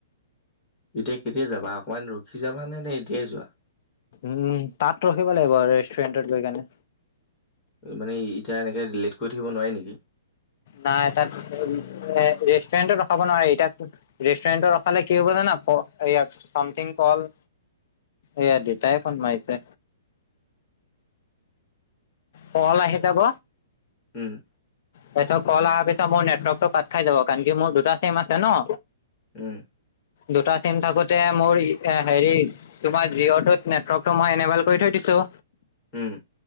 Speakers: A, on the left; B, on the left.
A: এতিয়া কেতিয়া যাবা অকণমান ৰখি যাবা নে নে এতিয়াই যোৱা
B: উম তাত ৰখিব লাগিব ৰেষ্টুৰেণ্টত গৈ কেনে
A: মানে এতিয়া এনেকে ডিলিট কৰি থাকিব নোৱাৰি নেকি
B: নাই তাত ৰেষ্টুৰেণ্টত ৰখাব নোৱাৰে এতিয়া ৰেষ্টুৰেন্টত ৰখালে কি হ'ব জানা ফ এয়া চাম থিং কল এয়া দেউতাই ফোন মাৰিছে কল আহি যাব
A: উম
B: তাৰপিছত কল অহাৰ পিছত মোৰ নেটৱৰ্ক টো কাট খাই যাব কাৰন কি মোৰ দুটা চিম আছে ন
A: উম
B: দুটা চিম থাকোঁতে মোৰ হেৰি তোমাৰ জিঅ তো নেটৰ্কটো মই এনেব্ৰেল কৰি থৈ দিছো
A: উম